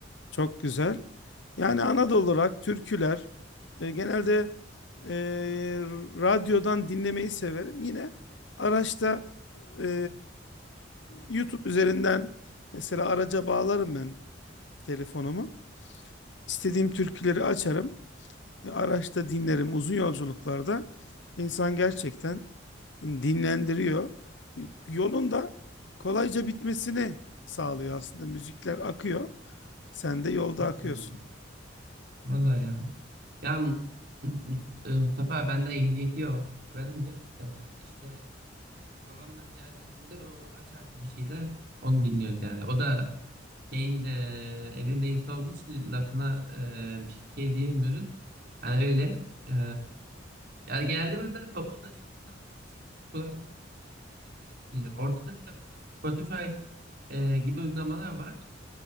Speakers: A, on the left; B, on the right.
A: Çok güzel. Yani Anadolu rock, türküler. E, genelde e, radyodan dinlemeyi severim. Yine araçta e, YouTube üzerinden mesela araca bağlarım ben telefonumu. İstediğim türküleri açarım. E, araçta dinlerim. Uzun yolculuklarda insan gerçekten dinlendiriyor. Yolunda kolayca bitmesini sağlıyor aslında. Müzikler akıyor. Sen de yolda akıyorsun.
B: Hmm. Vallahi ya. Ya Mus- e, Mustafa bende ehliyeti yok. Ben önce e, işte e, babamla seyahat ettiğimde o açarsa bir şeyler onu dinliyoruz yani. O da şeyin e, evin reisi olduğu için lafına e, bir şey diyemiyoruz. Yani öyle. E, yani genelde ben zaten toplu taşıma kullandığım için kulaklığımı takıyorum kendi müziğimi dinliyorum. Orada da mesela bende işte Spotify e, gibi uygulamalar var